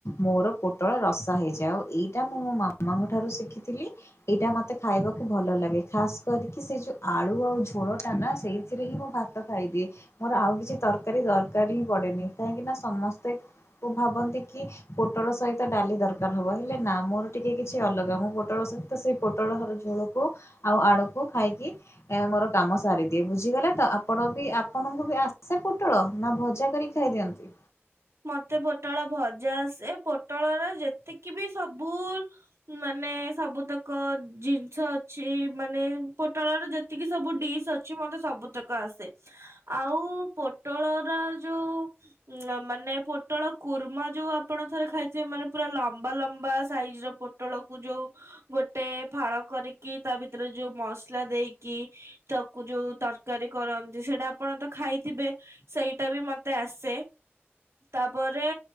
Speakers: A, on the left (about 80°); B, on the right (about 80°).
A: ମୋର ପୋଟଳ ରସା ହେଇଯାଏ ଆଉ ଏଇଟା ମୁଁ ମୋ ମାମାଙ୍କ ଠାରୁ ଶିଖିଥିଲି। ଏଇଟା ମତେ ଖାଇବାକୁ ଭଲ ଲାଗେ ଖାସ କରିକି ସେ ଯୋଉ ଆଳୁ ଆଉ ଝୋଳ ନା ନା ସେଇଥିରେ ହିଁ ମୁଁ ଭାତ ଖାଇଦିଏ। ମୋର ଆଉ କିଛି ତରକାରୀ ଦରକାର ହିଁ ପଡେନି। କାହିଁକି ନା ସମସ୍ତେ ଭାବନ୍ତି କି ପୋଟଳ ସହିତ ଡାଲି ଦରକାର ହବ ହେଲେ ନା ମୋର ଟିକେ କିଛି ଅଲଗା ମୁଁ ପୋଟଳ ସ ତ ସେଇ ପୋଟଳ ଘର ଝୋଳକୁ ଆଉ ଆଳୁକୁ ଖାଇକି ମୋର କାମ ସାରିଦିଏ ବୁଝିଗଲେ ତ ଆପଣ ବି ଆପଣଙ୍କୁ ବି ଆସେ ପୋଟଳ ନା ଭଜା କରି ଖାଇଦିଅନ୍ତି?
B: ମତେ ପୋଟଳ ଭଜା ଆସେ ପୋଟଳର ଯେତିକି ବି ସବୁ ମାନେ ସବୁତକ ଜିନିଷ ଅଛି ମାନେ ପୋଟଳର ଯେତେ ଏତିକି ସବୁ ଡିସ୍ ଅଛି ମତେ ସବୁତକ ଆସେ। ଆଉ ପୋଟଳର ଯୋଉ ମାନେ ମାନେ ପୋଟଳ କୁର୍ମା ଯୋଉ ଆପଣ ଥରେ ଖାଇଥିବେ ମାନେ ପୁରା ଲମ୍ବା ଲମ୍ବା ସାଇଜ ର ପୋ ପୋଟଳକୁ ଯୋଉ ଗୋଟେ ଫାଳ କରିକି ତା ଭିତରେ ଯୋଉ ମସଲା ଦେଇକି ତାକୁ ଯୋଉ ତରକାରୀ କରନ୍ତି ସେଇଟା ଆପଣ ତ ଖାଇଥିବେ। ସେଇଟା ବି ମତେ ଆସେ। ତାପରେ